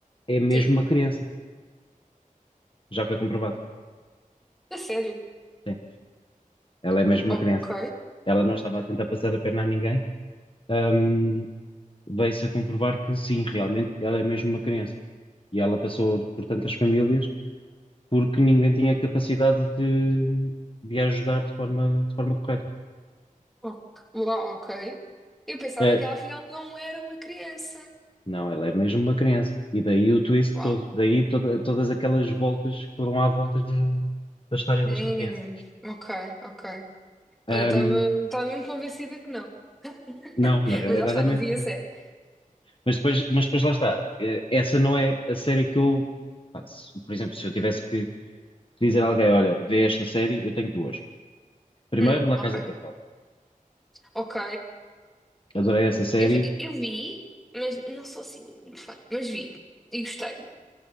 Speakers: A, on the left (about 40°); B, in the centre.
A: é mesmo
B: sim.
A: uma criança. Já foi comprovado.
B: A sério?
A: Sim, ela é mesmo uma
B: Ok,
A: criança. Ela não estava a tentar passar a perna a ninguém. Um, veio-se a comprovar que sim, realmente ela é mesmo uma criança. E ela passou por tantas famílias porque ninguém tinha capacidade de, de a ajudar de forma, de forma correta.
B: ok, uau, ok. Eu pensava
A: É,
B: que ela afinal não era uma criança.
A: não, ela é mesmo uma criança. E daí o twist
B: Uau.
A: todo, daí toda- todas aquelas voltas que foram à volta de- da história
B: Damn.
A: desta criança.
B: Ok, ok.
A: Ahm,
B: Olha, eu estava mesmo convencida que não.
A: não,
B: <laughs>
A: na realidade
B: Mas lá está,
A: é mesmo
B: não vi
A: criança.
B: a série.
A: Mas depois, mas depois lá está. Eh, Essa não é a série que eu. faço. Por exemplo, se eu tivesse que dizer a alguém, olha, vê esta série, eu tenho duas. Primeiro,
B: Hum,
A: La
B: ok,
A: Casa de Papel.
B: ok.
A: Adorei essa série,
B: Eu, já- eu vi, mas não sou assim muito muito fã. Mas vi e gostei.